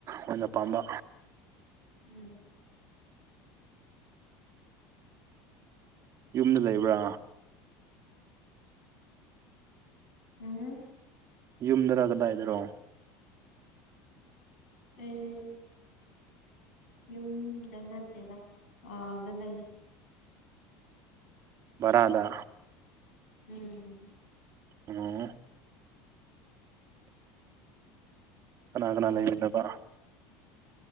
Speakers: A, on the right (about 45°); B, on the left (about 80°).
A: ꯑꯣꯏꯅ ꯄꯥꯝꯕ
B: ꯎꯝ
A: ꯌꯨꯝꯗ ꯂꯩꯕ꯭ꯔꯥ
B: ꯎꯝ
A: ꯌꯨꯝꯗꯔꯥ ꯀꯗꯥꯏꯗꯔꯣ
B: ꯑꯩ ꯌꯨꯝꯗ ꯅꯠꯇꯦꯗ ꯑꯥꯗ ꯂꯩ
A: ꯕꯔꯥꯗ
B: ꯎꯝ
A: ꯑꯣ ꯀꯅꯥ ꯀꯅꯥ ꯂꯩꯃꯤꯟꯅꯕ